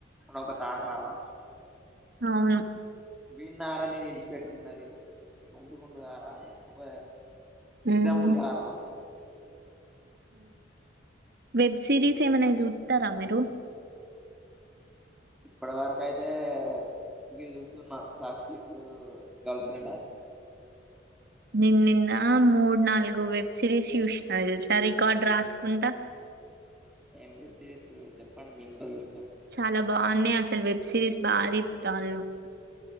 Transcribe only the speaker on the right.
అవును
హ్మ్.
వెబ్ సిరిస్ ఏమనా చూతారా మీరు
నేను నిన్న మూడు నాలుగు వెబ్ సిరీస్ చూసిన తెలుసా రికార్డు రాసుకుంటా
చాలా బాగున్నాయి అసలు వెబ్ సిరీస్ <unintelligible>